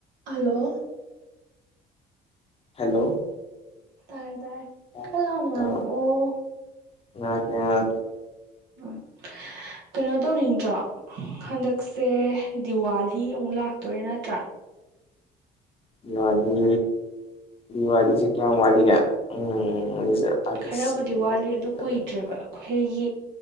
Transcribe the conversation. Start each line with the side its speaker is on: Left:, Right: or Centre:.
Right: hello
Left: hello
Right: ꯇꯥꯔꯦ ꯇꯥꯔꯦ
Left: ꯑꯣ
Right: ꯈꯔ ꯂꯥꯎꯅ ꯉꯥꯡꯉꯛꯑꯣ
Left: <unintelligible>
Right: ꯎꯝ ꯀꯩꯅꯣ ꯇꯧꯅꯤꯡꯗ꯭ꯔꯣ ꯍꯟꯗꯛꯁꯦ ꯗꯤꯋꯥꯂꯤ ꯑꯃꯨꯛ ꯂꯥꯛꯇꯣꯔꯦ ꯅꯠꯇ꯭ꯔꯥ
Left: ꯗꯤꯋꯥꯂꯤ ꯗꯤꯋꯥꯂꯤꯁꯦ ꯀꯌꯥꯝ ꯋꯥꯠꯂꯤꯒꯦ ꯎꯝ ꯑꯥꯒꯁ
Right: ꯈꯔꯕꯨꯗꯤ
Left: ꯁꯦꯞꯇꯦꯝꯕꯔ
Right: ꯋꯥꯠꯂꯤ
Left: ꯑꯣꯛꯇꯣꯕꯔ
Right: ꯑꯗꯨ ꯀꯨꯏꯗ꯭ꯔꯦꯕ
Left: ꯅꯕꯦꯝꯕꯔ
Right: ꯑꯩꯈꯣꯏꯒꯤ